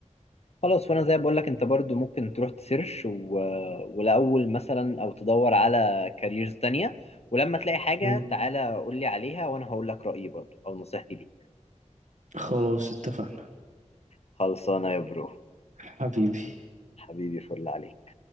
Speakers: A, on the left; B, on the right.
A: خلاص وانا زي ما بقول لك انت برضو ممكن تروح تسيرش و... ولاول مثلا او تدور على كاريرز تانية ولما تلاقي حاجة
B: مم.
A: تعالى قول لي عليها وانا هقول لك رأيي برضو او نصيحتي ليك
B: خلاص اتفقنا
A: خلصانه يا برو
B: حبيبي
A: حبيبي فل عليك